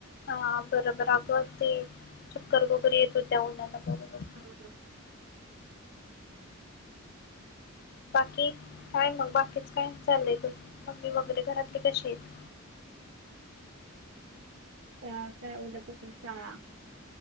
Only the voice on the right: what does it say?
हां.
तर उद्यापासून शाळा,